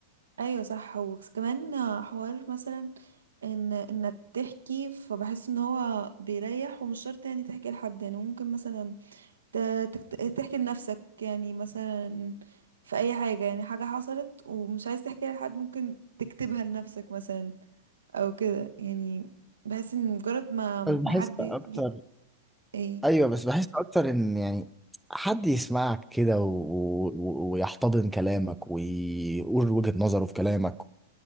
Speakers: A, on the right (about 70°); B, in the centre.
A: ايوه صح وكمان حوار مثلا ان انك تحكي فبحس ان هو بيريح ومش شرط يعني تحكي لحد يعني ممكن مثلا ت- تكت- تحكي لنفسك يعني مثلا في اي حاجة يعني حاجة حصلت ومش عايز تحكيها لحد ممكن تكتبها لنفسك مثلا او كده يعني بحس ان مجرد ما
B: بس بحس
A: ما حد يجي-
B: اكتر
A: ايه
B: ايوه بس بحس اكتر ان يعني حد يسمعك كده و... و... و- ويحتضن كلامك ويقول وجهة نظره في كلامك